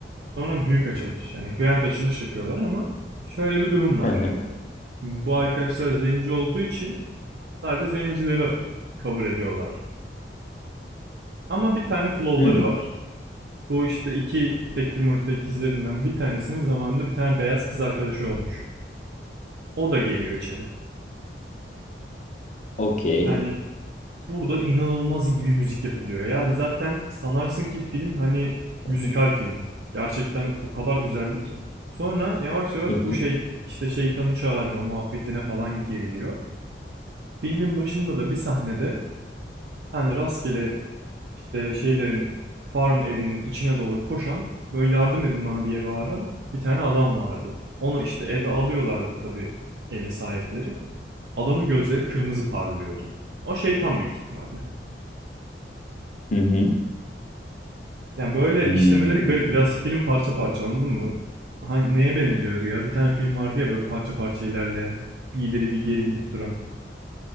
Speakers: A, on the right (about 70°); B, on the left (about 40°).
A: Sonra büyük açılış. Yani grand açılış yapıyorlar ama şöyle bir durum var.
B: Hı hı.
A: Şimdi bu arkadaşlar zenci olduğu için sadece zencileri kabul ediyorlar. Ama bir tane flowları
B: Hmm.
A: var. Bu işte iki tek yumurta ikizlerinden bir tanesinin zamanında bir tane beyaz kız arkadaşı olmuş. O da geliyor içeri.
B: Okey.
A: Yani Burada inanılmaz iyi bir müzik yapılıyor. Yani zaten sanarsın ki film hani müzikal
B: Hı hı.
A: film. Gerçekten o kadar güzeldi ki. Sonra yavaş yavaş
B: Hı hı.
A: bu şey işte şeytanı çağırma muhabbetine falan giriliyor. Filmin başında da bir sahnede hani rastgele işte şeylerin farm evinin içine doğru koşan böyle yardım edin bana diye bağıran bir tane adam vardı. Onu işte eve alıyorlardı tabii evi sahipleri. Adamın gözleri kırmızı parlıyordu. O şeytan büyük ihtimalle.
B: Hı hı.
A: Yani böyle
B: Hmm.
A: işlemeleri garip. Biraz film parça parça anladın mı? Hangi, neye benziyordu ya? Bir tane film vardı ya böyle parça parça ilerleyen. Bir ileri bir geri gidip duran.